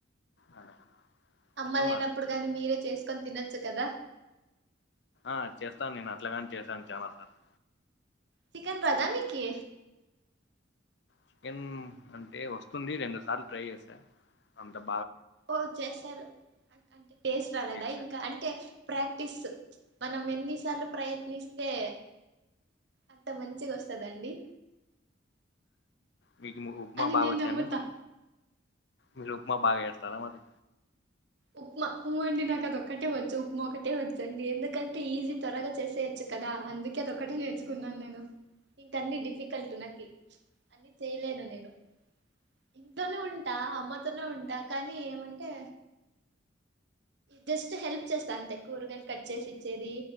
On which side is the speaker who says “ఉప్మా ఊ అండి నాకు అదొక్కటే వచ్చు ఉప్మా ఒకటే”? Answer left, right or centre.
Right